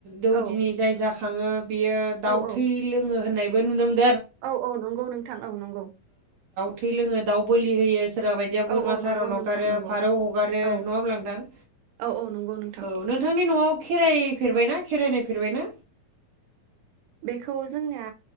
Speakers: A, on the right (about 65°); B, on the right (about 85°).
A: दौदिनि
B: औ
A: जाय जाखा खाङो बेयो दाउ
B: औ औ
A: थै लोङो होननाय बो नुनो मोन
B: औ औ नंगौ नोंथां औ नं औ
A: थै लोङो दाउ बोलि होयोस सोरबा बायदिया बोरमा
B: औ औ
A: सारन
B: नंगौ
A: हगारो
B: नोंथां नंगौ
A: फारौ हगारो
B: औ
A: नङाब्ला नोंथां
B: औ औ नंगौ नोंथां
A: औ नोंथांनि नआव खेराय फेरबायना खेराय नायफेरबायना
B: बेखौ जोंना